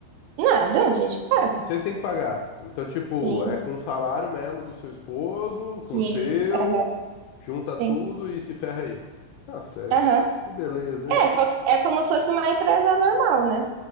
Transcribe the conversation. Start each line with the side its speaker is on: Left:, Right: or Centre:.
Right: Nada, a gente paga.
Left: Vocês têm que pagar. Então, tipo,
Right: Sim,
Left: é com o salário mesmo do seu esposo,
Right: Sim.
Left: com o seu,
Right: aham,
Left: junta tudo
Right: sim.
Left: e se ferra aí. Tá certo.
Right: Aham,
Left: Que beleza, hein?
Right: É, qual- é como se fosse uma empresa normal, né?